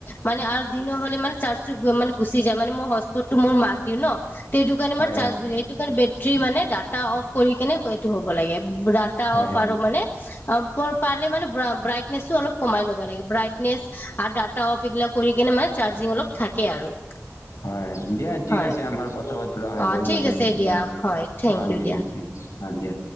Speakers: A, on the left; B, on the left.
A: মানে আৰু দিন হ'লে মানে চাৰ্জটো গু মানে গুচি যায়। মানে মই হচ পতটো মোৰ মাক দিওঁ ন, সেইটো কাৰণে
B: হয়
A: মাৰ চাৰ্জ,
B: হয়
A: সেইটো কাৰণে বেছি ৰাতি মানে ডাটা অ'ফ কৰি কিনে এইটো হ'ব লাগে, ডাটা
B: হয়
A: অ'ফ আৰু মানে, <unintelligible> ব্ৰাইটনেচো অলপ কমাই ল'ব লাগে। ব্ৰাইটনেচ আৰু ডাটা <unintelligible> কৰি কেনে মানে চাৰ্জং অলপ থাকে আৰু
B: হয়। দিয়া ঠিক
A: হয়
B: আছে, আমাৰ কথা পাত তুলা হৈ
A: অ
B: গ'ল
A: ঠিক
B: মানে
A: আছে
B: সিহত,
A: দিয়া হয় থেংক
B: অ'
A: ইউ
B: দি
A: দিয়া
B: ঠিক অ' দিয়া।